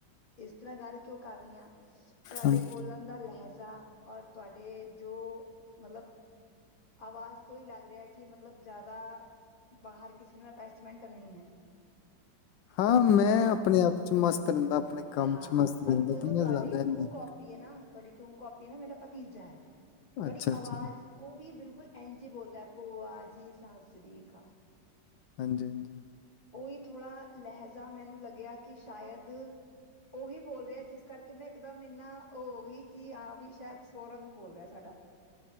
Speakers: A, on the left; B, on the left.
A: ਇਸ ਤਰ੍ਹਾਂ ਗੱਲ ਕਿਉਂ ਕਰ ਰਹੀ ਹਾਂ ਤੁਹਾਡੇ
B: ਹਾਂਜੀ।
A: ਬੋਲਣ ਦਾ ਲਹਿਜਾ ਜਾ ਔਰ ਤੁਹਾਡੇ ਜੋ ਮਤਲਬ ਆਵਾਜ਼ ਤੋਂ ਹੀ ਲੱਗ ਰਿਹਾ ਕਿ ਮਤਲਬ ਜ਼ਿਆਦਾ ਬਾਹਰ ਕਿਸੇ ਨਾਲ ਅਟੈਚਮੈਂਟ ਨਹੀਂ ਹੈ।
B: ਹਾਂ ਮੈਂ
A: ਹਨਾ
B: ਆਪਣੇ ਆਪ ਚ ਮਸਤ ਰਹਿੰਦਾ ਆਪਣੇ ਕੰਮ
A: ਹਾਂ
B: ਚ ਮਸਤ ਰਹਿੰਦਾ
A: ਔਰ ਜਦੋਂ
B: ਤੇ ਮੈਂ
A: ਤੁਹਾਡੀ
B: ਜ਼ਿਆਦਾ
A: ਟੂ
B: ਨੀ
A: ਕਾਪੀ ਹੈ ਨਾ ਤੁਹਾਡੀ ਟੂ ਕਾਪੀ ਏ ਨਾ ਮੇਰਾ ਭਤੀਜਾ ਹੈਗਾ। ਤੁਹਾਡੀ
B: ਅੱਛਾ ਅੱਛਾ
A: ਆਵਾਜ਼ ਉਹ ਵੀ ਬਿਲਕੁਲ ਐਂਜ ਜੀ ਬੋਲਦਾ ਐ ਭੂਆ ਜੀ ਸਤਿ ਸ੍ਰੀ ਅਕਾਲ।
B: ਹਾਂਜੀ ਹਾਂਜੀ।
A: ਉਹੀ ਥੋੜ੍ਹਾ ਲਹਿਜਾ ਮੈਨੂੰ ਲੱਗਿਆ ਕਿ ਸ਼ਾਇਦ ਉਹੀ ਬੋਲ ਰਿਹਾ ਜਿਸ ਕਰਕੇ ਮੈਂ ਇਕਦਮ ਇੰਨਾ ਉਹ ਹੋ ਗਈ ਕਿ ਆਂ ਵੀ ਸ਼ਾਇਦ ਸੋੌਰਵ ਹੀ ਬੋਲ ਰਿਹਾ ਸਾਡਾ।